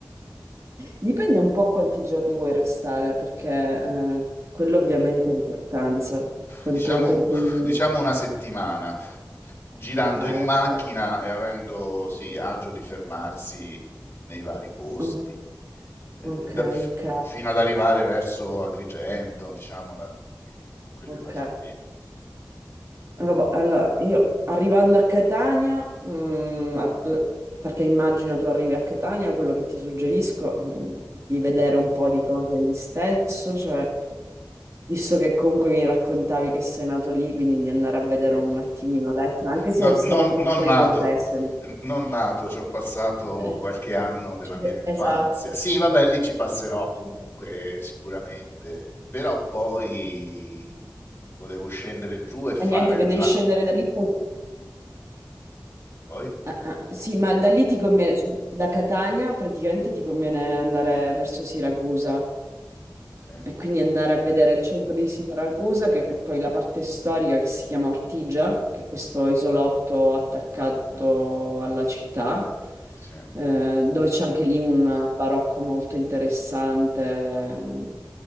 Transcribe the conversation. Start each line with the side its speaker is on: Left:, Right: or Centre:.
Right: dipende un po' quanti giorni vuoi restare, perché eh, quello ovviamente ha importanza. Quanto
Left: diciamo,
Right: pensi di...
Left: diciamo una settimana, girando
Right: Ok,
Left: in macchina
Right: ok.
Left: e avendo sì, agio di fermarsi nei vari posti,
Right: Mm,
Left: eh,
Right: Ok,
Left: da-
Right: ok,
Left: fino ad arrivare verso Agrigento, diciamo, da quelle
Right: ok.
Left: parti lì.
Right: Vabbè, allora io arrivando a Catania, mm, al- perché immagino tu arrivi a Catania, quello che ti suggerisco è di vedere un po' di cose lì stesso, cioè visto che comunque mi raccontavi che sei nato lì, quindi di andare a vedere un attimino l'Etna, anche se
Left: No,
Right: siamo
Left: non,
Right: un po'
Left: non
Right: fuori
Left: nato,
Right: contesto. mi-
Left: non nato, ci ho passato
Right: <laughs>
Left: qualche anno della mia
Right: Eh,
Left: infanzia.
Right: Esatto.
Left: Sì, vabbè, lì ci passerò comunque, sicuramente, però poi volevo scendere giù e fare
Right: Ma niente, che devi
Left: la...
Right: scendere da lì poi.
Left: Poi?
Right: Ah, ah, Sì, ma da lì ti conviene, cioè, da Catania praticamente ti conviene andare verso Siracusa
Left: Sì,
Right: e quindi andare a vedere il centro di Siracusa, che è poi la parte storica che si chiama Ortigia, che è questo isolotto attaccato alla città
Left: sì.
Right: eh, dove c'è anche lì un barocco molto interessante. Eh,